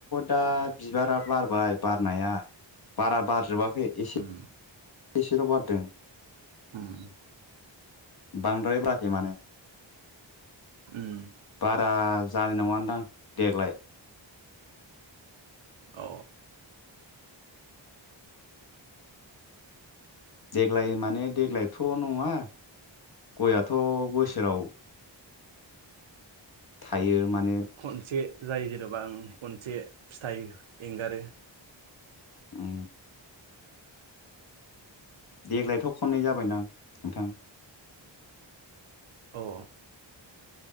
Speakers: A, on the left; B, on the right.
A: दा
B: अ
A: बिबारा बारबाय बारनाया बारा बारजोबाखै एसे
B: उम
A: बेसेल' बारदों
B: उम
A: बांद्रायबाखै माने
B: उम
A: बारा जानाय नङानदां देग्लाय।
B: औ
A: देग्लाय माने देग्लायथ' नङा गआथ' बोसोराव थायो माने
B: खनसे जायो जेन'बा आं खनसे फिथाइ एंगारो
A: औ देग्लायथ' खननै जाबायदां नोंथां?
B: अ